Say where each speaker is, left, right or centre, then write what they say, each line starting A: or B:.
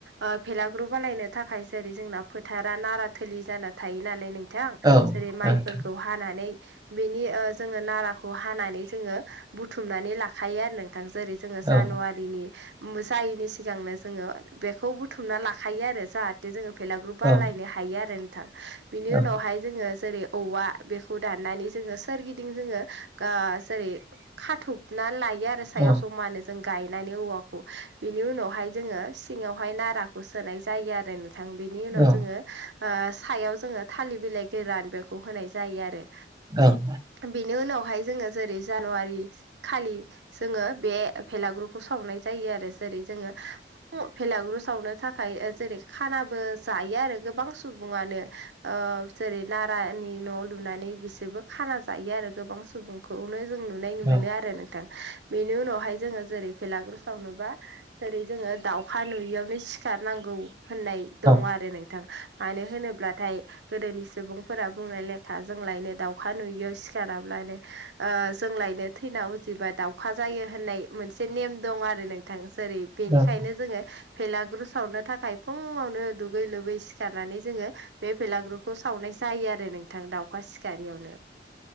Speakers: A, on the right (about 80°); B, on the right (about 20°).
A: ओ भेलाग्रु बानायनो थाखाय जेरै जोंना फोथार दा नारा थोलि जाना थायो नालाय नोंथां
B: औ
A: जेरै माइफोरखौ
B: नोंथां
A: हानानै बा बिनि ओ जोंङो नाराखौ हानानै जोंङो बुथुमनानै लाखायो आरो नोंथां जेरै जोंङो जानुवारिनि
B: औ
A: उम जायैनि सिगांनो जोंङो बेखौ बुथुमना लाखायो आरो जाहाथे जोंङो भेलाग्रुप बालायनो
B: औ
A: हायो आरो नोंथां। बिनि
B: औ
A: उनावहाय जोंङो जेरै औवा बेखौ दाननानै जोंङो सोरगिदिं जोंङो गा जेरै खाथुबना लायो आरो। सायाव
B: औ
A: जमानो। जों गायनानै औवाखौ बिनि उनावहाय जोंङो सिङांवहाय नाराखौ सोनाय जायो आरो नोंथां बे बिनि उनाव
B: औ
A: जोंङो ओ सायाव जोंङो थालिर बिलाइ गोरान बेखौ होनाय जायो आरो।
B: ओं।
A: बिनि उनावहाय जोंङो जेरै जानुवारि खालि जोंङो बे भेलाग्रुखौ सावनाय जायो आरो। जेरै जोंङो ओ भेलाग्रु सावनो थाखाय जेरै खानाबो जायो आरो गोबां सुबुंङानो। ओ जेरै नारानि न' लुनानै बिसोरबो खाना जायो आरो। गोबां सुबुंखौनो जों नु नै
B: औ
A: मोनो आरो नोंथां बेनि उनाव जोंङो जेरै भेलागुरसावनोबा जेरै जोंङो दाउखा नुयियावनो सिखारनांगौ। होननाय दं
B: औ
A: आरो नोंथां। मानो होनोब्लाथाय गोदोनि सुबुंफोरा बुंनाय लेथा जोंलायनो दाउखा नुयियाव सिखाराब्लानो ओ जोंलायनो थैना उजिबा दाउखा जायो होननाय मोनसे नेम दं आरो नोंथां जेरै बेनिखायनो
B: औ
A: जोंङो भेलाग्रु सावनो थाखाय फुंङावनो दुगै लोबै सिखारनानै जोंङो बे भेलाग्रुखौ सावनाय जायो आरो नोंथां दाउखा सिखारियावनो।